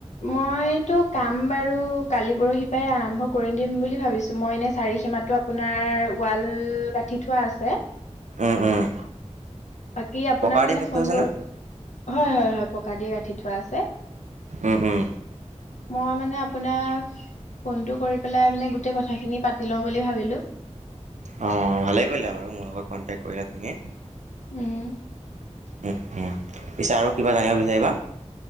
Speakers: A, on the left (about 75°); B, on the right (about 85°).
A: মইতো কাম বাৰু কালি পৰহি পৰাাই আৰম্ভ কৰি দিম বুলি ভাবিছো মই এনে চাৰিসীমাত টো আপোনাৰ ৱাল গাঠি থোৱা আছে।
B: উম উম।
A: বাকী আপোনাক
B: পকাৰ
A: মানে
B: দিয়া খেতিটো
A: ফোন
B: আছেনে
A: কৰো হয়। হয়। হয়। পকা দিয়ে গাঠি থোৱা আছে।
B: উম উম
A: মই মানে আপোনাক ফোনটো কৰি পেলাই মানে গোটেই কথাখিনি পাতি লওঁ বুলি ভাবিলোঁ।
B: অ' ভালে কৰিলা বাৰু মোৰ লগত কণ্টেক কৰিলা তুমি।
A: উম।
B: উম উম পিছে আৰু কিবা জানিব বিচাৰিবা?